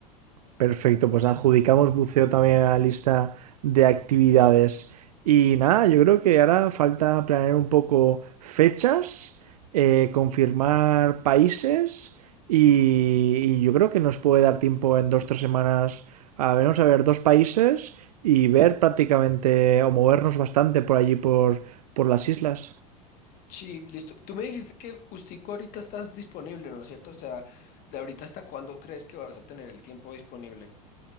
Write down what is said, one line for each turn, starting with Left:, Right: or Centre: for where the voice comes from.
Right: Perfecto, pues adjudicamos buceo también a la lista de actividades. Y nada, yo creo que ahora falta planear un poco fechas, eh, confirmar países y, y yo creo que nos puede dar tiempo en dos o tres semanas a vernos a ver dos países y ver prácticamente o movernos bastante por allí por, por las islas.
Left: Sí, listo. Tú me dijiste que justico ahorita estás disponible, ¿no es cierto? O sea, de ahorita hasta cuándo crees que vas a tener el tiempo disponible?